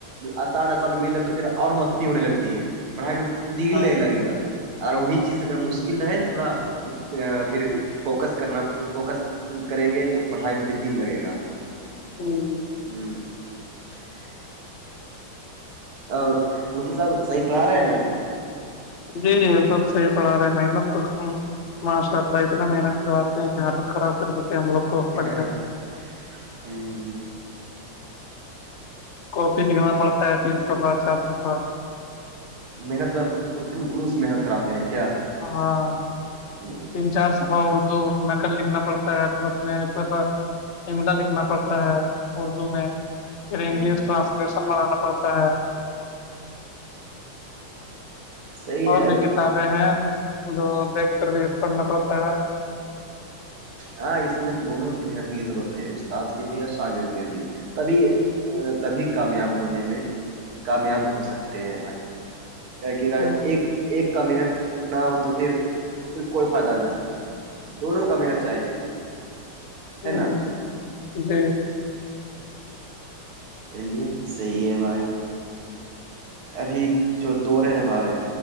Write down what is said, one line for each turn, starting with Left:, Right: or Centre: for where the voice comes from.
Right: آسان آسان ملے تو پھر اور مستی ہونے لگتی ہے پڑھائی میں دل
Left: ہاں
Right: نہیں لگے گا اور وہی چیز اگر مشکل رہے نا تھوڑا تو پھر
Left: ہوں،
Right: فوکس کرنا فوکس کریں گے تو پڑھائی میں بھی دل لگے گا
Left: <inaudible>
Right: <unintelligible> اور مفتی صاحب صحیح پڑھا رہے ہیں نا
Left: جی جی سب صحیح پڑھا رہے ہیں محنت رتا ہوں ماشاء اللہ اتنا محنت کرواتے ہیں کہ حالت خراب کر دیتے ہیں ہم لوگ کو
Right: <unintelligible>
Left: پڑھنے میں کاپی لکھنا پڑتا ہے تین صفہ چار صفہ
Right: محنت میں پر خلوص محنت کراتے ہیں کیا
Left: ہاں
Right: ہ
Left: تین چار صفعہ اور دو نقل لکھنا پڑتا ہے صفحہ میں دفہ لکھنا پڑتا ہے اردو میں پھر انگلش
Right: ہ
Left: ٹرانسلیشن بنانا پڑتا ہے
Right: صحیح
Left: اور
Right: ہے
Left: بھی کتاب ہیں جو دیکھ کر بھی پڑنا پڑتا ہے
Right: ہاں اس میں دونوں کی بھی ضرورت ہے استاد کے بھی اور شاگرد کے بھی تبھی تبھی کامیاب ہونے میں کامیاب ہو سکتے ہیں بھائی کیا ہے کہ اگر
Left: ہوں،
Right: ایک ایک کا محنت نہ ہو تو پھر پھر کوئی فائدہ نہیں ہے دونوں کا محنت چاہیے
Left: ہاں
Right: ہے نا
Left: جی
Right: چلیے صحیح ہے بھائی ابھی جو دور ہیں نا بھائی